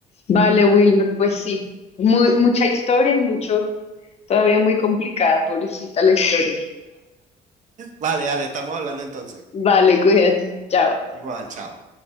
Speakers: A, on the left (about 40°); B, on the right (about 45°).
A: Vale, Wilmer, pues sí. Muy, mucha historia y mucho, todavía muy complicada, pobrecita la historia.
B: Vale, dale, estamos hablando entonces.
A: Vale, cuídate. Chao.
B: Igual, chao.